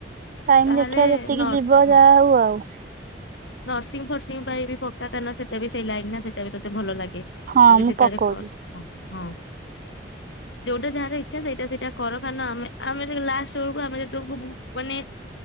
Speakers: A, on the right; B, on the left.
A: ଟାଇମ୍
B: ତାହେଲେ
A: ଦେଖିବା ଯେତିକି
B: ନର୍ସ
A: ଯିବ
B: ହଁ
A: ଯାହା ହଉ ଆଉ। ହ
B: ନର୍ସିଂ ଫର୍ସିଂ ପାଇଁ ବି ପକା, କାନ ସେଟା ବି ସେଇ ଲାଇନ୍ ନା ସେଟା ବି ତୋତେ ଭଲ ଲା କେ
A: ହଁ
B: ତ ବି
A: ମୁଁ
B: ସେଟାରେ
A: ପକଉଛି
B: ପ-ହଁ ହଁ ଯୋଉଟା ଯାହାର ଇଚ୍ଛା ସେଇଟା ସେଇଟା କର କାରଣ ଆମେ ଆମେ ଲାଷ୍ଟ ବେଳକୁ ଆମେ ଯେତକୁ ମାନେ